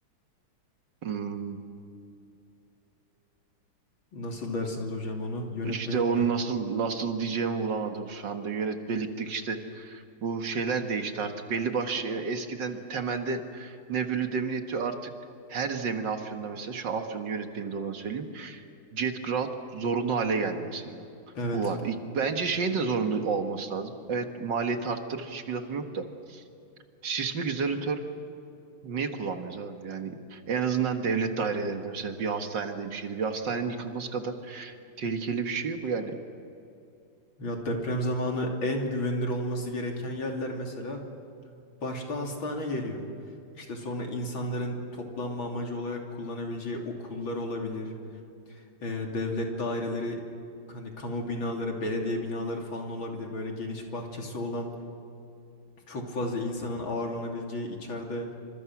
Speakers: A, on the right; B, on the left.
A: Hmm,
B: Nasıl dersiniz hocam onu? Yönetmelik
A: işte onu
B: mi?
A: nasıl nasıl diyeceğimi bulamadım şu anda. Yönetmeliklik işte bu şeyler değişti artık. Belli başlı eskiden temelde Nebulü Demireti artık her zemin Afyon'da mesela şu an Afyon'un yönetmeliğinde olanı söyleyeyim. Jet Ground zorunlu hale geldi mesela.
B: Evet.
A: Bu var. İlk, bence şeyin de zorunlu olması lazım. Evet maliyeti arttır hiçbir lafım yok da. Sismik izolatör Niye kullanmıyoruz abi? Yani en azından devlet dairelerinde mesela bir hastanede bir şeydi. Bir hastanenin yıkılması kadar tehlikeli bir şey yok yani.
B: Ya deprem zamanı en güvenilir olması gereken yerler mesela başta hastane geliyor. İşte sonra insanların toplanma amacı olarak kullanabileceği okullar olabilir. e, devlet daireleri hani kamu binaları, belediye binaları falan olabilir. Böyle geniş bahçesi olan çok fazla insanın ağırlanabileceği içeride